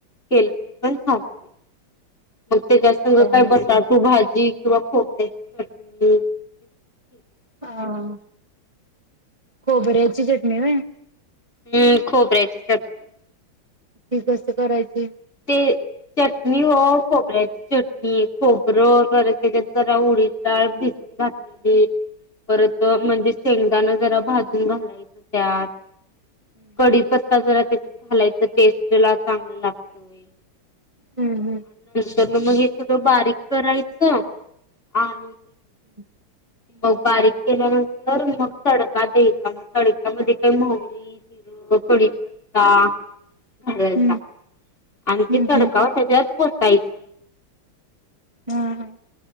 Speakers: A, on the left; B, on the right.
A: केलं तरी पण चालतंय. मग तच्यासंग
B: हा
A: काय बटाटू भाजी. किंवा खोबऱ्याची चटणीइइ
B: हा. खोबऱ्याची चटणी व्हय.
A: हम्म खोबऱ्यायची चटणीइ.
B: ती कस करायची?
A: ते चटणी ओ खोबऱ्याची चटणी खोबरं ज त्याच्यात जरा उडी डाळ भिजत घातलेली. परत म्हणजे शेंग जरा भाजून घालायचं त्यात
B: हम्म
A: कडीी पत्ता जरा त्याच्यात घालायच टेस्ट ला चांगलं लाग. होय.
B: हम्म हम्म.
A: मग हे सगळं बारीक करायचं आणि
B: हम्.
A: मग बारीक केल्यानंतर मग तडका द्यायचा मग तडक्यामध्ये काही मोहरी जिरं कडीपत्ता घालायचा.
B: हम्म
A: आणि
B: हम्म
A: ते तडकाव
B: हम्म
A: त्याच्यात व तायचा.
B: हम्म हम्.